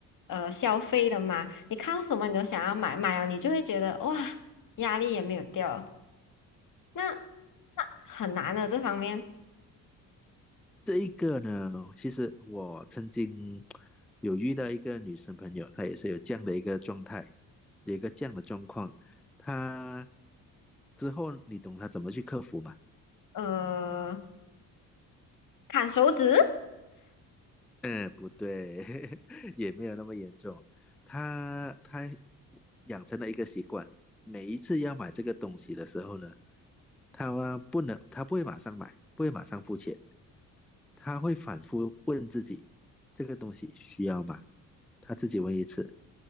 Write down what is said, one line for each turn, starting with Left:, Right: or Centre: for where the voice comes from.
Left: 呃消费的嘛。你看到什么你都想要买，买了你就会觉得哇，压力也没有掉，那那很难的这方面。
Centre: 这一个呢，其实我曾经有遇到一个女生朋友，她也是有这样的一个状态，有一个这样的状况。她之后你懂她怎么去克服吗？
Left: 呃，砍手指。
Centre: 嗯，不对，<laughs> 也没有那么严重。他他养成了一个习惯，每一次要买这个东西的时候呢，他不能，他不会马上买，不会马上付钱，他会反复问自己，这个东西需要吗？他自己问一次，